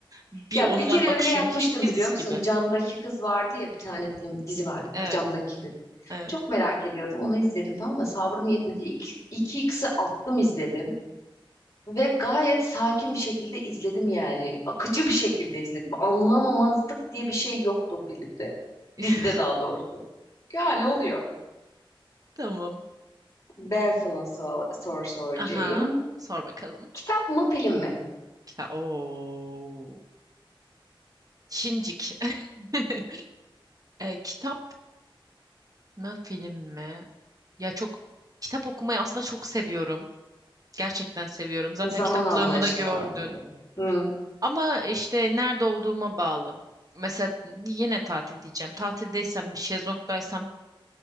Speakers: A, on the right; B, on the left.
A: Bir
B: Ya
A: onlar
B: bir kere
A: bakışıyor.
B: öyle yapmıştım
A: Hint dizisi
B: biliyor musun?
A: gibi.
B: Camdaki kız vardı ya bir tane film dizi vardı.
A: Evet,
B: Camdaki kız.
A: evet.
B: Çok merak ediyordum. Onu izledim tamam mı? Sabrım yetmedi. İki, iki x'i attım izledim. Ve gayet sakin bir şekilde izledim yani. Akıcı bir şekilde izledim. Anlamamazlık diye bir şey yoktu o filmde.
A: <laughs>
B: Dizide daha doğrusu. Yani oluyor.
A: Tamam.
B: Ben sana sor, soru soracağım.
A: Aha. Sor bakalım.
B: Kitap mı film mi?
A: Kitap. Oo. Şincik. <laughs> E, kitap mi film mi? Ya çok kitap okumayı aslında çok seviyorum. Gerçekten seviyorum. Zaten
B: Zaman
A: kitaplığımı
B: anlayışı
A: da gördün.
B: var burada. Hı.
A: Ama işte nerede olduğuma bağlı. Mesela yine tatil diyeceğim. Tatildeysem, bir şezlongdaysam